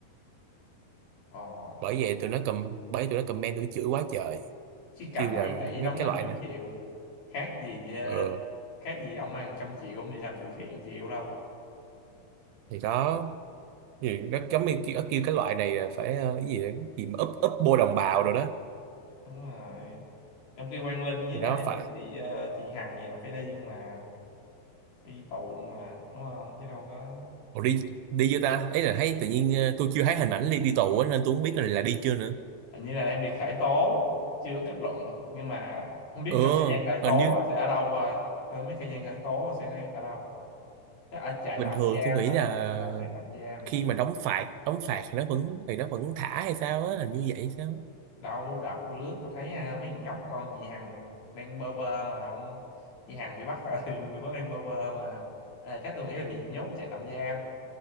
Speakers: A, on the left (about 70°); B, on the right (about 80°).
A: ồ
B: bởi vậy tụi nó cầm bởi tụi nó comment tụi nó chửi quá trời
A: chứ cầm
B: kêu là
A: 7 tỷ
B: mấy
A: đóng
B: cái
A: năm
B: loại
A: trăm
B: nè
A: triệu khác gì ờ,
B: Ờ
A: khác gì ông ăn trăm triệu ông đi làm từ thiện chịu đâu
B: thì đó gì nó giống như kêu, kêu cái loại này là phải ờ, cái gì đó, cái gì mà úp úp bô đồng bào rồi đó
A: đúng rồi trong khi Quang Linh với
B: thì
A: lại
B: nó phải
A: chị ờ, chị Hằng gì là phải đi nhưng mà phải đi tù luôn mà đúng không chứ đâu có
B: Ủa đi đi chưa ta ấy là thấy tự nhiên ờ, tôi chưa thấy hình ảnh đi đi tù á nên tôi không biết là, là đi chưa nữa
A: hình như là đang bị khởi tố chưa có kết luận nhưng mà không biết
B: ừ
A: trong thời gian khởi
B: hình
A: tố
B: như
A: là sẽ ở đâu thôi tôi không biết thời gian khởi tố là sẽ ở đâu Chắc ở trại
B: bình
A: tạm
B: thường
A: giam
B: tôi nghĩ
A: á
B: là
A: tôi nghĩ là ở trại tạm giam
B: khi mà đóng phạt đóng phạt thì nó vẫn thì nó vẫn thả hay sao á hình như vậy hay sao á.
A: đâu đợt tôi lướt tôi thấy à, mấy thằng nhóc con chị Hằng đang bơ vơ mà ông chị Hằng bị bắt rồi <laughs> nó đang bơ vơ mà à, chắc tôi nghĩ là bị nhốt chạy tạm giam